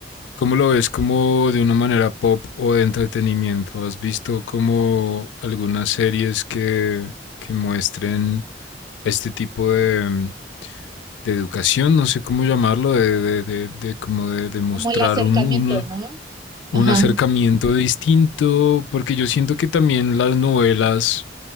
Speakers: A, on the left; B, on the right.
A: ¿Cómo lo ves como de una manera pop o de entretenimiento? ¿Has visto como algunas series que, que muestren este tipo de, em, de educación? No sé cómo llamarlo, de, de, de, de como de, de mostrar
B: como el acercamiento,
A: un, una-
B: ¿no?
A: un
B: Ajá.
A: acercamiento distinto, porque yo siento que también las novelas